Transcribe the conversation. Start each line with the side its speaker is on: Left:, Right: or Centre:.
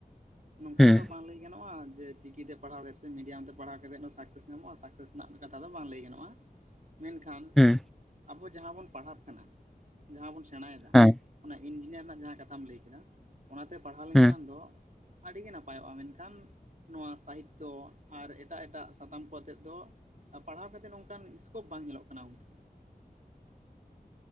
Right: ᱱᱚᱝᱠᱟ
Centre: ᱦᱩᱸ
Right: ᱢᱟᱛᱚ ᱵᱟᱝ ᱞᱟᱹᱭ ᱜᱟᱱᱚᱜ-ᱟ ᱡᱮ ᱪᱤᱠᱤ ᱛᱮ ᱯᱟᱲᱦᱟᱣ ᱠᱟᱛᱮᱫ ᱥᱮ ᱢᱤᱰᱤᱭᱟᱢ ᱛᱮ ᱯᱟᱲᱦᱟᱣ ᱠᱟᱛᱮᱫ ᱥᱟᱠᱥᱮᱥ ᱧᱟᱢᱚᱜ-ᱟ ᱥᱟᱠᱥᱮᱥ ᱨᱮᱱᱟᱜ ᱠᱟᱛᱷᱟ ᱫᱚ ᱵᱟᱝ ᱞᱟᱹᱭ ᱜᱟᱱᱚᱜ-ᱟ ᱢᱮᱱᱠᱷᱟᱱ
Centre: ᱦᱩᱸ ᱦᱮᱸ
Right: ᱟᱵᱚ ᱡᱟᱦᱟᱸ ᱵᱚᱱ ᱯᱟᱲᱦᱟᱜ ᱠᱟᱱᱟ ᱡᱟᱦᱟᱸ ᱵᱚᱱ ᱥᱮᱬᱟᱭᱮᱫᱟ
Centre: ᱦᱮ
Right: ᱚᱱᱮ ᱤᱧᱡᱤᱱᱤᱭᱟᱨ ᱨᱮᱱᱟᱜ ᱡᱟᱦᱟᱸ ᱠᱟᱛᱷᱟᱢ ᱞᱟᱹᱭ ᱠᱮᱫᱟ ᱚᱱᱟᱛᱮ ᱯᱟᱲᱦᱟᱣ ᱞᱮᱱᱠᱷᱟᱱ
Centre: ᱦᱮᱸ
Right: ᱫᱚ ᱟᱹᱰᱤ ᱜᱮ ᱱᱟᱯᱟᱭᱚᱜ-ᱟ ᱢᱮᱱᱠᱷᱟᱱ ᱱᱚᱣᱟ ᱥᱟᱦᱤᱛᱛᱚ ᱟᱨ ᱮᱴᱟᱜ ᱮᱴᱟᱜ ᱥᱟᱛᱟᱢ ᱠᱚ ᱟᱛᱮᱫ ᱫᱚ ᱟᱨ ᱯᱟᱲᱦᱟᱣ ᱠᱟᱛᱮᱫ ᱚᱱᱠᱟᱱ ᱤᱥᱠᱳᱯ ᱵᱟᱝ ᱧᱮᱞᱚᱜ ᱠᱟᱱᱟ ᱜᱚᱝᱠᱮ